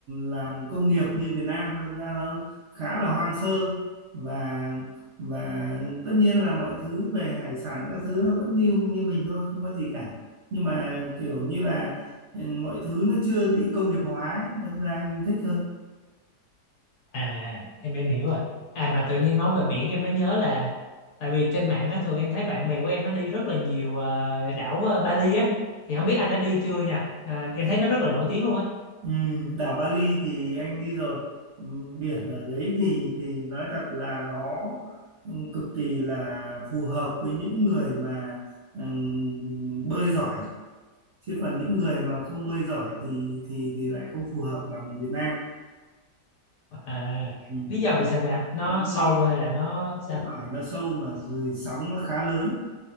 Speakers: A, on the right; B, on the left.
A: làm công nghiệp như Việt Nam đâm ra nó khá là hoang sơ và và tất nhiên là mọi thứ về hải sản các thứ nó vẫn như như mình thôi không có gì cả nhưng mà kiểu như là ừ, mọi thứ nó chưa bị công nghiệp hóa ấy, đâm ra anh thích hơn
B: à em em hiểu rồi à mà tự nhiên nói về biển em mới nhớ là tại vì trên mạng á, thường em thấy bạn bè của em nó đi rất là nhiều ờ, đảo ờ, Bali á thì không biết anh đã đi chưa nha à,
A: ừ.
B: em thấy nó rất là nổi tiếng luôn á
A: Ừ, đảo Bali thì anh đi rồi. Ừ, biển ở đấy thì thì nói thật là nó ừ, cực kỳ là phù hợp với những người mà ừm, bơi giỏi. Chứ còn những người mà không bơi giỏi thì thì thì lại không phù hợp bằng Việt Nam.
B: à,
A: Ừ.
B: lý do vì sao vậy anh nó
A: Lý
B: sâu
A: do
B: hay là nó sao
A: không phải nó sâu mà rồi sóng nó khá lớn.